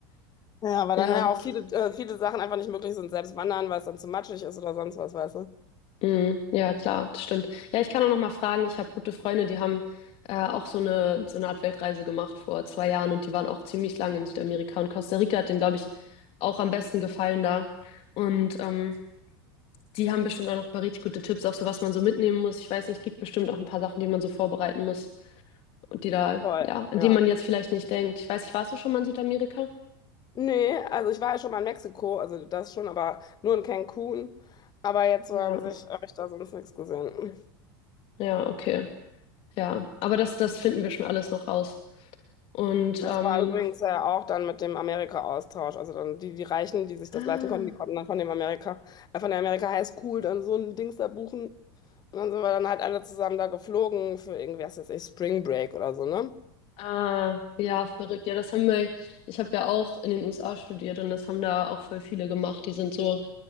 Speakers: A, on the left (about 35°); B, on the left (about 50°).
A: ja, weil
B: <laughs>
A: dann
B: Ja.
A: ja auch viele, äh, viele Sachen einfach nicht möglich sind, selbst wandern, weil es dann zu matschig ist oder sonst was, weißt du?
B: Mhm. Ja, klar, das stimmt. Ja, ich kann auch noch mal fragen. Ich habe gute Freunde, die haben äh, auch so eine, so eine Art Weltreise gemacht vor zwei Jahren und die waren auch ziemlich lange in Südamerika und Costa Rica hat denen, glaube ich, auch am besten gefallen da. Und ähm, die haben bestimmt auch noch ein paar richtig gute Tipps, auch so was man so mitnehmen muss. Ich weiß nicht, gibt bestimmt auch ein paar Sachen, die man so vorbereiten muss und die da,
A: Voll,
B: ja, an
A: ja.
B: die man jetzt vielleicht nicht denkt. Ich weiß nicht, warst du schon mal in Südamerika?
A: Nee, also ich war ja schon mal in Mexiko, also das schon, aber nur in Cancun. Aber jetzt
B: Ja,
A: so an sich habe ich da sonst nichts gesehen.
B: ja, okay. Ja, aber das, das finden wir schon alles noch raus. Und
A: Das
B: ähm,
A: war übrigens ja auch dann mit dem Amerika-Austausch. Also dann die, die Reichen, die sich das
B: ah.
A: leisten konnten, die konnten dann von dem Amerika, äh, von der Amerika High School dann so ein Dings da buchen. Und dann sind wir dann halt alle zusammen da geflogen für irgendwie, was weiß ich, Spring Break oder so, ne?
B: Ah, ja, verrückt. Ja, das haben wir, ich habe ja auch in den USA studiert und das haben da auch voll viele gemacht. Die sind so,